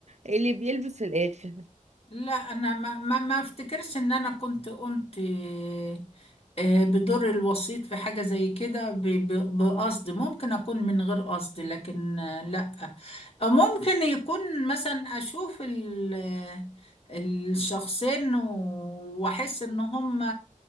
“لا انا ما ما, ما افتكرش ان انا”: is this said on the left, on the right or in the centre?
Left